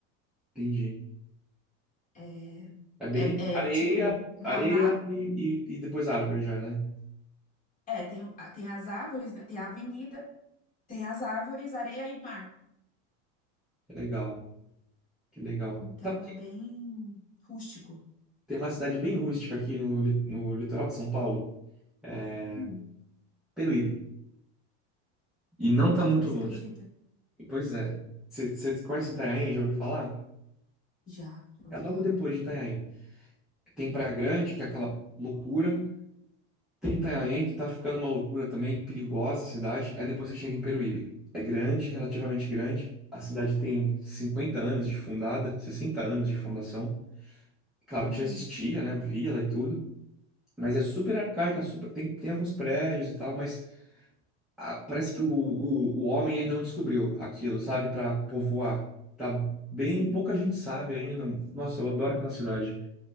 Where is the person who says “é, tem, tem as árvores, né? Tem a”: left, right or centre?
Left